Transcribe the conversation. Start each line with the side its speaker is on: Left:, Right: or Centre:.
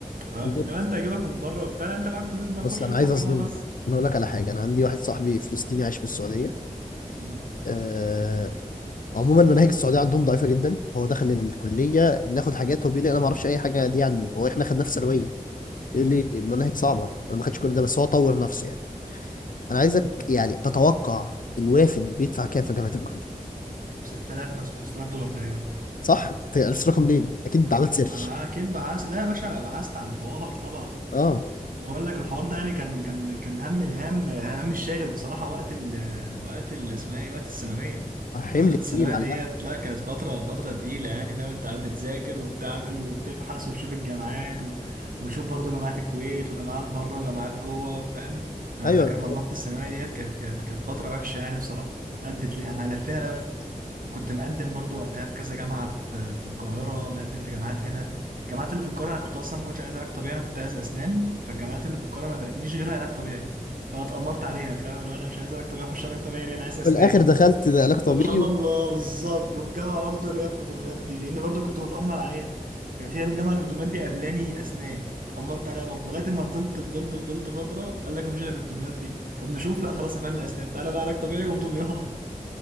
Right: تمام
Left: بالظبط
Right: إنما أنت هجيبك من بره وبتاع لا، أنت معاك فلوس بقى
Left: بص
Right: خش
Left: انا
Right: ادفع
Left: عايز
Right: في
Left: اصدمك
Right: جامعة خاصة
Left: انا اقول لك على حاجه انا عندي واحد صاحبي فلسطيني عايش في السعوديه
Right: امم
Left: آه، عموما مناهج السعوديه عندهم ضعيفه جدا هو دخل الكليه بناخد حاجات هو بيقول لي انا ما اعرفش اي حاجه دي عن هو احنا خدناه في ثانويه يقول
Right: امم
Left: لي المناهج صعبه انا ما خدتش كل ده بس هو طور نفسه يعني انا عايزك يعني تتوقع الوافد بيدفع كام في جامعه القاهره
Right: 6000 مثلا 6000 دولار تقريبا
Left: صح انت عرفت الرقم منين اكيد انت عملت سيرش
Right: أنا أكيد بحثت لا يا باشا بحثت عن حوار طبعا
Left: اه
Right: بقول لك الحوار ده يعني كان كان كان هم الهام هم الشاغل بصراحة وقت ال وقت ال اسمها ايه وقت الثانوية
Left: حمل
Right: فترة الثانوية
Left: تقيل على
Right: ديت
Left: الأهل.
Right: لا كانت فترة فترة تقيلة يعني فاهم انت قاعد بتذاكر وبتعمل وبتبحث وتشوف الجامعات و... وتشوف برضو جامعات الكويت وجامعات بره وجامعات جوه وفاهم انا
Left: ايوه
Right: فاكر
Left: بالظبط
Right: مرمطة الثانوية ديت كانت كانت كانت فترة وحشة يعني بصراحة كنت قاعد بتلاقي احنا لفينا لف وكنت مقدم برضو وقتها في كذا جامعة في في القاهرة مقدم في جامعات هنا الجامعات اللي في القاهره انا كنت اصلا ما كنتش عايز علاج طبيعي انا كنت عايز اسنان فالجامعات اللي في القاهره ما برتنيش غير علاج طبيعي فانا اتامرت عليها فاهم اللي هو انا مش عايز علاج طبيعي اخش علاج طبيعي ليه انا عايز اسنان
Left: في الاخر دخلت ده علاج طبيعي
Right: سبحان الله بالظبط وفي جامعه برضه اللي هي في دمياط دي لان برضه كنت متامر عليها كانت هي الجامعه اللي في دمياط دي قبلاني اسنان اتامرت عليها برضه لغايه ما فضلت فضلت فضلت فتره قال لك ما فيش غير اللي في دمياط دي طب نشوف لا خلاص قفلنا اسنان تعالى بقى علاج طبيعي وفي دمياط